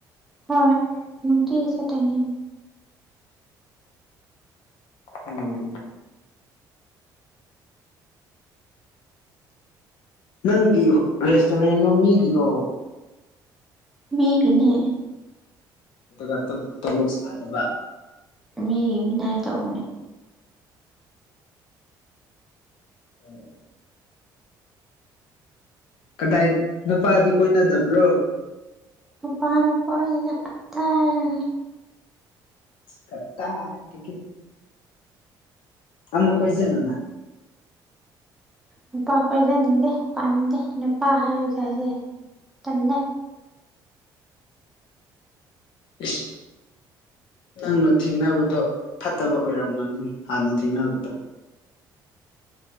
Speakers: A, in the centre; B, on the left.
A: ꯍꯣꯏ ꯅꯨꯡꯇꯤꯒꯤ ꯆꯠꯇꯣꯏꯅꯦ
B: ꯎꯝ ꯅꯪꯒꯤ ꯔꯦꯁꯇꯨꯔꯦꯟꯔꯣ ꯃꯤꯒꯤꯔꯣ
A: ꯃꯤꯒꯤꯅꯦ
B: ꯑꯗꯨꯒ ꯇꯥ ꯇꯣꯂꯣꯞ ꯁꯥꯗꯕ
A: ꯃꯤꯒꯤ ꯃꯤꯅꯥꯏ ꯇꯧꯕꯅꯦ
B: ꯎꯝ ꯀꯗꯥꯏ ꯅꯨꯄꯥꯗꯤ ꯀꯣꯏꯅꯗꯕ꯭ꯔꯣ
A: ꯅꯨꯄꯥꯅꯤ ꯀꯣꯏꯒꯦꯅ ꯍꯥꯏꯇꯦ
B: ꯀꯇꯥꯏꯇꯥꯀꯤ ꯑꯃꯨ ꯀꯖꯤꯜꯂꯨꯅ
A: ꯅꯨꯄꯥ ꯀꯣꯏꯖꯅꯤꯡꯗꯦ ꯄꯥꯝꯗꯦ ꯅꯨꯄꯥ ꯍꯥꯏꯕ ꯖꯥꯁꯦ ꯇꯜꯂꯦ
B: ꯏꯁ ꯅꯪꯅ ꯊꯦꯡꯅꯕꯗꯣ ꯐꯠꯇꯕ ꯑꯣꯏꯔꯝꯒꯅꯤ ꯍꯥꯟꯅ ꯊꯦꯡꯅꯕꯗꯣ